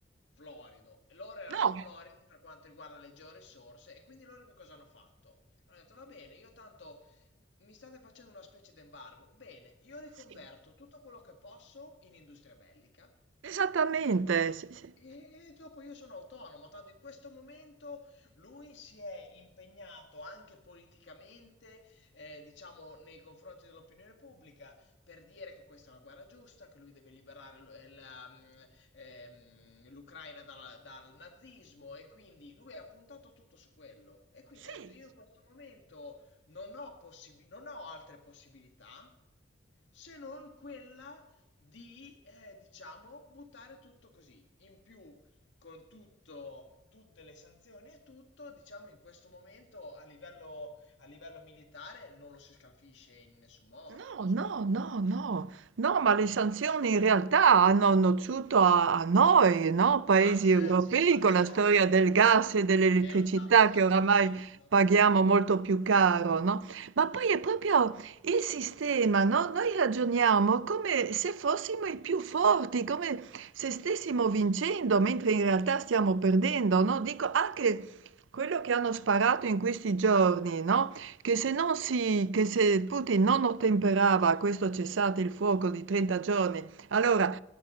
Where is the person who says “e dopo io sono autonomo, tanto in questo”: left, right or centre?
Left